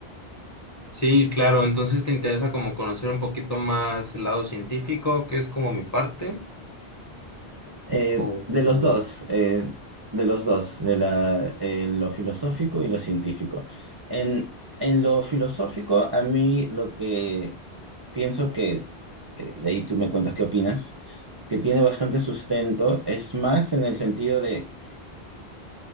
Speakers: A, on the left (about 20°); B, on the right (about 35°).
A: Sí, claro, entonces te interesa como conocer un poquito más el lado científico, que es como mi parte,
B: Eh,
A: o
B: de los dos, eh, de los dos, de la- eh, lo filosófico y lo científico. En, en lo filosófico, a mí lo que pienso que, eh, de ahí tú me cuentas qué opinas, que tiene bastante sustento, es más en el sentido de